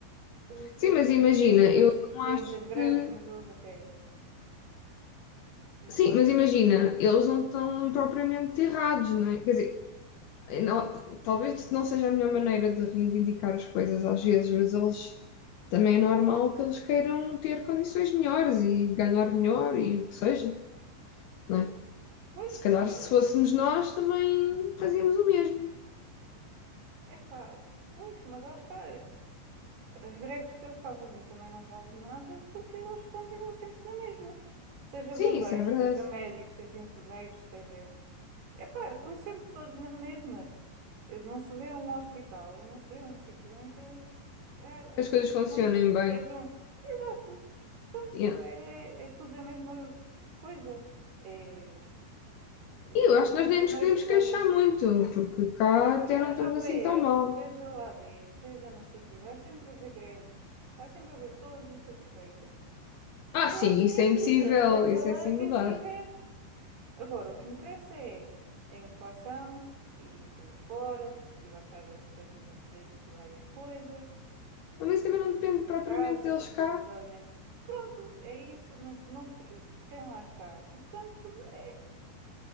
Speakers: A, on the right; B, on the left.
A: Eles
B: sim,
A: têm,
B: mas imagina,
A: têm muitas,
B: eu não
A: têm
B: acho
A: muitas greves,
B: que.
A: mas eles até não
B: Sim,
A: podem
B: mas
A: ter
B: imagina,
A: dois.
B: eles não estão
A: Ah,
B: propriamente errados, né? Quer dizer, eh, não- talvez não seja a melhor maneira de reivindicar as coisas às vezes, mas eles também é normal que eles queiram ter condições melhores e ganhar melhor e o que seja, não é?
A: pois,
B: Se calhar
A: sim,
B: se fôssemos nós também fazíamos o mesmo.
A: é epá, pois, mas lá está. As greves que eles fazem também não valem de nada porque eles continuam sempre na mesma. Seja
B: Sim,
A: bombeiros,
B: isso é verdade.
A: seja médicos, seja enfermeiros, seja. Epá, estão sempre todos na mesma. Eh, Não se vê um hospital, não se vê um sítio em que é, os
B: Que as coisas
A: enfermeiros
B: funcionem bem.
A: estejam. Exato,
B: Yeah.
A: é, é tudo a mesma coisa. É,
B: E
A: os,
B: eu acho
A: os
B: que nós
A: enfermeiros
B: nem nos podemos queixar
A: fazem.
B: muito, porque cá até
A: Esteja
B: não estamos
A: o
B: assim
A: PS,
B: tão mal.
A: esteja o AD, esteja não sei o quê, vai sempre haver greves, vai sempre haver pessoas insatisfeitas.
B: Ah,
A: E
B: sim,
A: é assim
B: isso é
A: a
B: impossível,
A: vida, esteja
B: isso
A: lá
B: é assim
A: quem
B: mudar.
A: estiver. Agora, o que interessa é a inflação e por aí fora, e baixar um bocadinho os preços de várias coisas,
B: Mas isso também
A: desde
B: não depende propriamente
A: casa,
B: deles cá.
A: desde alimento. Pronto, é isso, não, não tem, quem lá está. Portanto, é,